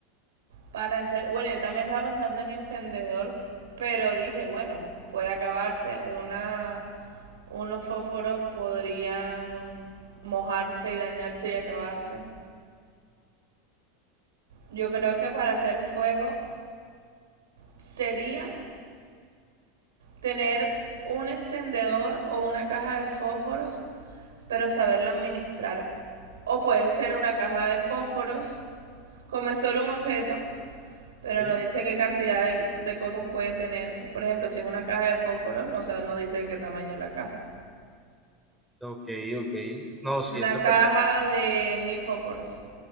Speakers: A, on the right (about 75°); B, in the centre.
A: para hacer. Bueno, yo también estaba pensando en encendedor, pero dije, bueno, puede acabarse. Una, unos fósforos podrían mojarse y dañarse y acabarse. Yo creo que para hacer fuego sería tener un encendedor o una caja de fósforos, pero saberla administrar. O puede ser una caja de fósforos, come solo un objeto Pero
B: ¿Sí?
A: no dice qué cantidad de, de cosas puede tener. Por ejemplo, si es una caja de fósforos, no, sabe- no dice qué tamaño es la caja.
B: Ok, ok. No, sí,
A: Una
B: eso
A: caja
B: es verdad.
A: de mil fósforos.